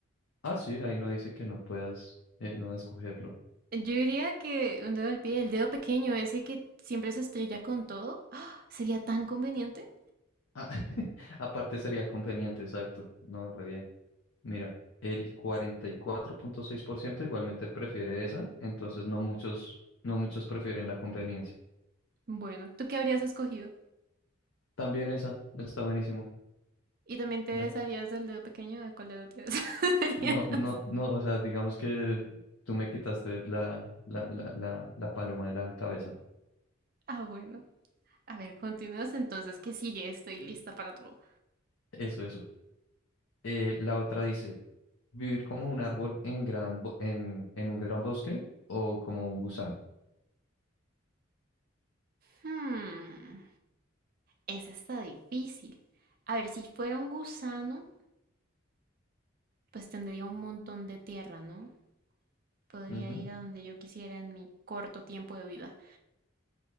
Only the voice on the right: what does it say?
Yo diría que un dedo del pie, el dedo pequeño, ese que siempre se estrella con todo, ¡ah! sería tan conveniente.
Bueno, ¿tú qué habrías escogido?
¿Y también te
desharías del dedo pequeño? ¿De cuál dedo te desharías?
<laughs>
Ah, bueno. A ver, continúas entonces. ¿Qué sigue? Estoy lista para todo.
Hmm, esa está difícil. A ver, si fuera un gusano. pues tendría un montón de tierra, ¿no? Podría
ir a donde yo quisiera en mi corto tiempo de vida.